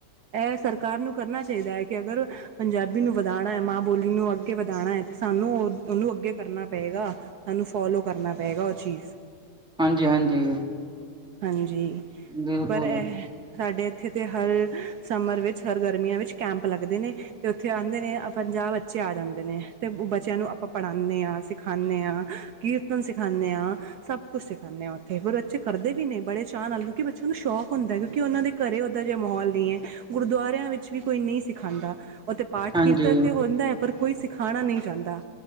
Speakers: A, on the right; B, in the centre.
A: ਐ ਸਰਕਾਰ ਨੂੰ ਕਰਨਾ ਚਾਈਦਾ ਐ ਕਿ ਅਗਰ ਪੰਜਾਬੀ ਨੂੰ ਵਧਾਣਾ ਐ, ਮਾਂ ਬੋਲੀ ਨੂੰ ਅੱਗੇ ਵਧਾਣਾ ਐ ਤੇ ਸਾਨੂੰ ਓ ਓਨੂੰ ਅੱਗੇ ਕਰਨਾ ਪਏਗਾ। ਉਹਨੂੰ ਫੋਲੋ ਕਰਨਾ ਪਏਗਾ ਉਹ ਚੀਜ਼
B: ਹਾਂਜੀ ਹਾਂਜੀ
A: ਹਾਂਜੀ
B: ਬਿਲਕੁਲ
A: ਪਰ ਅਹ ਸਾਡੇ ਇੱਥੇ ਤੇ ਹਰ ਸਮਰ ਵਿੱਚ ਹਰ ਗਰਮੀਆਂ ਵਿੱਚ ਕੈਂਪ ਲੱਗਦੇ ਨੇ, ਤੇ ਇੱਥੇ ਆਂਦੇ ਨੇ ਪੰਜਾਹ ਬੱਚੇ ਆ ਜਾਂਦੇ ਨੇ। ਤੇ ਬੱਚਿਆਂ ਨੂੰ ਆਪਾਂ ਪੜ੍ਹਾਨੇ ਆ ਸਿੱਖਾਨੇ ਆ, ਕੀਰਤਨ ਸਿੱਖਾਨੇ ਆ। ਸਭ ਕੁਛ ਸਿਖਾਨੇ ਆ ਉੱਥੇ ਹੋਰ ਬੱਚੇ ਕਰਦੇ ਵੀ ਨੇ ਬੜੇ ਚਾਅ ਨਾਲ ਕਿਉਂਕਿ ਬ ਉਹਨੂੰ ਸ਼ੌਕ ਹੁੰਦਾ ਐ ਕਿਉਂਕਿ ਉਹਨਾਂ ਦੇ ਘਰੇ ਓਦਾ ਜਿਹਾ ਮਾਹੌਲ ਨੀ ਐ। ਗੁਰਦੁਆਰਿਆਂ ਵਿੱਚ ਵੀ ਕੋਈ ਨੀ ਸਿਖਾਦਾ। ਉਥੇ ਪਾਠ
B: ਹਾਂਜੀ
A: ਕੀਰਤਨ ਤੇ ਹੁੰਦਾ ਐ ਪਰ ਕੋਈ ਸਿਖਾਣਾ ਨੀ ਚਾਹਦਾ।